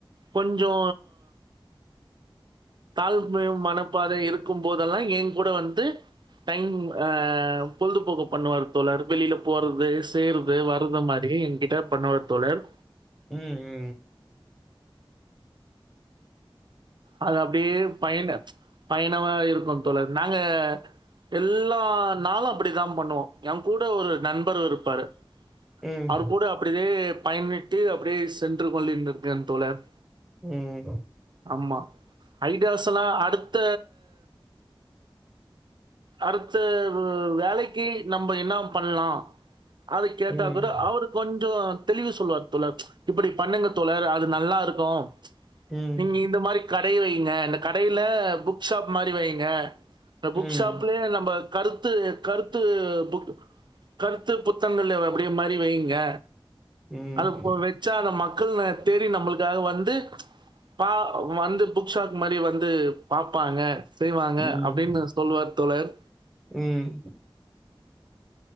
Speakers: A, on the right; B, in the centre.
A: கொஞ்சோ தாழ்மு மனப்பாத இருக்கும்போதல்லா ஏ கூட வந்து டைம் அ பொழுதுபோக்கு பண்ணுவாரு தோழர் வெளியில போறது து செய்றது வரது மாரி என்கிட்ட பண்ணுவார் தோழர்
B: ம் ம்
A: அது அப்டியே பயன பயணவ இருக் போ தோழர் நாங்க எல்லா நாளு ப்புடி தா பண்ணுவோ எ கூட ஒரு நண்பரு இருப்பாரு
B: ம்
A: அவர் கூட அப்டிதே பயன்னிட்டு அப்டே சென்று கொண்டிருக்கன் தோழர்
B: ம்
A: ஆமா ஐடியாஸ் எல்லா அடுத்த அடுத்த வேலக்கு நம்ப என்னா பண்லா அத கேட்டா
B: ம்
A: பிரு அவுரு கொஞ்சோ தெளிவுஸ் தோழர் தோழர் இப்பிடி பண்ணுங்க தோழர் அது நல்லா இருக்கோ
B: ம் ம்
A: நீங்க இந்த மாரி கடை வைங்க இல் கடையில புக் ஷாப் ந்த மாரி வைங்க அந்த
B: ம்
A: புக் ஷாப்லே நம்ப கருத்து கருத்து புக் கருத்து புத்தங்கள் அப்டியே மாரி வைங்க
B: ம்
A: அது போல் வச்சா அத மக் க்கு <unintelligible> தேடி நம்முளுக் ஏதாவது வந்து பா வந்து புக் க் ஷாப் மாரி வந்து பாப்பாங்க செய்வாங்க
B: ம் ம்
A: அப்டின்னு சொல்லுவாரு தோழர்
B: ம்